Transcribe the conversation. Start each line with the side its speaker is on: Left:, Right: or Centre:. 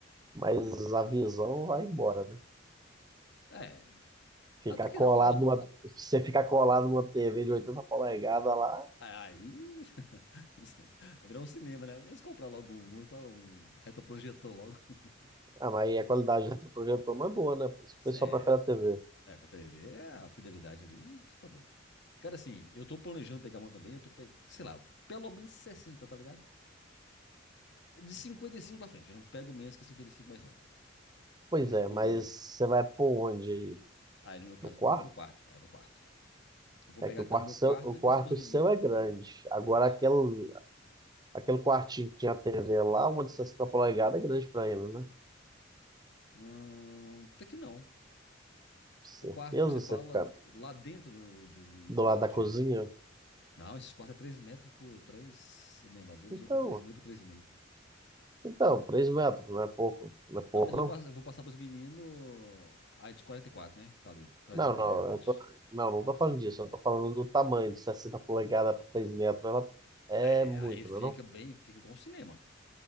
Right: mas a visão vai embora, né?
Left: É,
Right: Ficar
Left: até que
Right: colado
Left: não, ó, eu-
Right: numa,
Left: eu-
Right: você ficar colado numa TV de 80 polegadas lá,
Left: aí <laughs> virou um cinema, né? Antes de comprar logo um, eu falo um retroprojetor logo. <laughs>
Right: ah, mas aí a qualidade do retroprojetor não é boa, né? Por isso que
Left: Cê,
Right: o pessoal prefere a TV.
Left: É, com a TV, é a fidelidade ali, você tá doido. Cara, assim, eu tô planejando pegar uma também, eu tô pegando, sei lá, pelo menos 60, tá ligado? É, De 55 pra frente, eu não pego menos que 55, mais não.
Right: Pois
Left: Porque,
Right: é, mas você vai por onde aí?
Left: aí no meu caso
Right: No quarto?
Left: eu vou botar no quarto, é no quarto. Eu vou
Right: É
Left: pegar
Right: que
Left: a
Right: o
Left: que
Right: quarto
Left: tá no meu
Right: seu,
Left: quarto
Right: o quarto
Left: e passar pros meninos.
Right: seu é grande. Agora,
Left: Isso.
Right: aquele, aquele quartinho que tinha a TV lá, uma de 60 polegadas é grande pra ele, né?
Left: Hum, até que não.
Right: Certeza
Left: O quarto que
Right: você
Left: você fala,
Right: fica
Left: lá dentro do de- de- meu
Right: do lado
Left: quarto
Right: da
Left: de...
Right: cozinha?
Left: Não, esses quartos é 3 metros por 3. o menor deles,
Right: Então,
Left: o outro é 3,5 por 3,5.
Right: então, 3 metros, não é pouco, não é pouco,
Left: Não, mas eu
Right: não.
Left: vou, pass- eu vou passar pros meninos a de 44, né? Que tá ali. quarenta
Right: Não,
Left: e três
Right: não,
Left: na realidade.
Right: eu tô, não, não tô falando disso, eu tô falando do tamanho de 60 polegadas para 3 metros, ela é
Left: É,
Right: muito,
Left: aí fica
Right: não é não?
Left: bem, fica com o cinema.